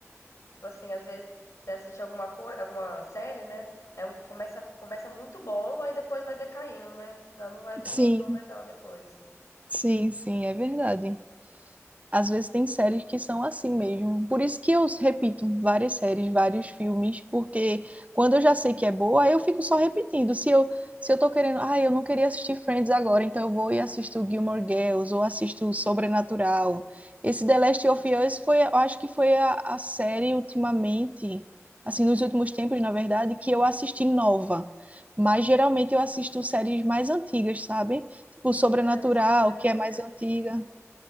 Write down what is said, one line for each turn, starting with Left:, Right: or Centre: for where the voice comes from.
Left: tipo assim, às vezes você assiste alguma coisa, alguma série, né? É um, começa, começa muito bom, aí depois vai decaindo, né? Já não vai ficando
Right: Sim,
Left: tão legal depois.
Right: sim, sim, é verdade. Às vezes tem séries que são assim mesmo. Por isso que eu repito várias séries, vários filmes, porque quando eu já sei que é boa, aí eu fico só repetindo. Se eu, se eu tô querendo, ah, eu não queria assistir Friends agora, então eu vou e assisto Gilmore Girls ou assisto Sobrenatural. Esse The Last of Us foi, eu acho que foi a, a série ultimamente, assim, nos últimos tempos, na verdade, que eu assisti nova. Mas geralmente eu assisto séries mais antigas, sabe? Tipo Sobrenatural,
Left: É, eu sou do mesmo
Right: que é mais
Left: jeito.
Right: antiga.